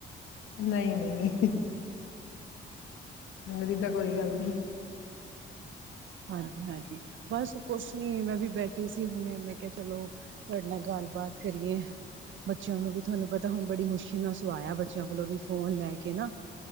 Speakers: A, on the left (about 80°); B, on the right (about 75°).
A: ਨਹੀਂ ਨਹੀਂ ਮੇਰੀ ਤਾਂ ਕੋਈ ਗੱਲ ਨੀ
B: ਅ ਹਾਂਜੀ ਹਾਂਜੀ ਬਸ ਕੁਛ ਨੀ ਮੈਂ ਵੀ ਬੈਠੀ ਸੀ ਹੁਣ ਮੈਂ ਕਿਹਾ ਚਲੋ ਤੁਹਾਡੇ ਨਾਲ ਗੱਲ ਬਾਾਤ ਕਰੀਏ ਬੱਚਿਆਂ ਨੂੰ ਵੀ ਤੁਹਾਨੂੰ ਪਤਾ ਹੁਣ ਬੜੀ ਮੁਸ਼ਕਿਲ ਨਾਲ ਸਵਾਇਆ ਬੱਚਿਆਂ ਕੋਲੋਂ ਵੀ ਫੋਨ ਲੈ ਕੇ ਨਾ